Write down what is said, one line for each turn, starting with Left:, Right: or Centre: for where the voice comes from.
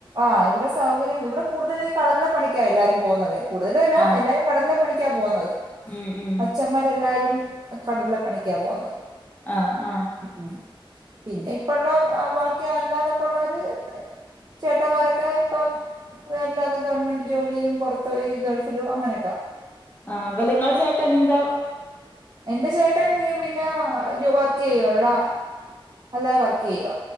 Right: ആ ഇവിടെ സൗകര്യം ഇവിടെ കൂടുതൽ ഈ കടലില പണിക്ക എല്ലാരും പോകുന്നത് കൂടുതലു അല്ല
Left: ആഹ്
Right: എല്ലാരും കടലി പണിക്ക പോകുന്നത്
Left: ഉം ഉം
Right: അച്ഛമാർ എല്ലാരും കടലിലപ്പണിക്ക പോകുന്നത്
Left: ആഹ് ആഹ്
Right: ഉം പിന്നെ ഇപ്പ ഉള്ള ബാക്കി അല്ലാതൊക്കെ ഉള്ളര് ചേട്ടന്മാരൊക്കെ ഇപ്പം ആല്ലാതെ ഗവൺമെന്റ് ജോലിയും പൊറത്തോയി ഗൾഫിലു അങ്ങനെ ഒക്ക
Left: ആ അപ്പ നിങ്ങള ചേട്ടനെന്താ
Right: എന്റെ ചേട്ടന് പിന്നെ വർക്ക് ചെയ്യുവ ഇവിട അല്ലാതെ വർക്ക് ചെയ്യുവ